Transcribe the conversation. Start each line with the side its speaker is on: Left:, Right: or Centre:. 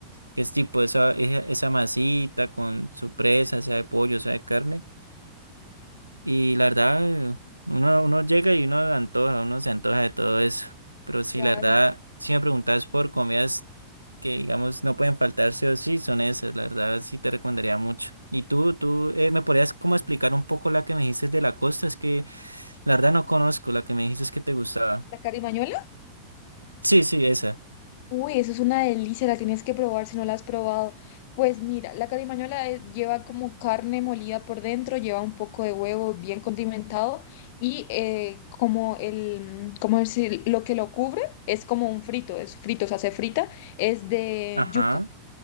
Right: que es tipo esa, esa, esa masita con su presa, sea de pollo, sea de carne. Y la verdad, uno, uno llega y uno antoja, uno se antoja de todo eso. Pero sí,
Left: Claro.
Right: la verdad, si me preguntas por comidas que, digamos, no pueden faltar sí o sí, son esas. La verdad, sí te recomendaría mucho. Y tú, tú, eh, ¿me podrías como explicar un poco la que me dijiste de la costa? Es que la verdad no conozco, la que me dijiste es que te gustaba.
Left: ¿La carimañola?
Right: Sí, sí, esa.
Left: Uy, eso es una delicia, la tienes que probar si no la has probado. Pues mira, la carimañola es- lleva como carne molida por dentro, lleva un poco de huevo bien condimentado y eh, como el, como decir, lo que lo cubre es como un frito, es frito, o sea, se frita, es de
Right: Ajá.
Left: yuca.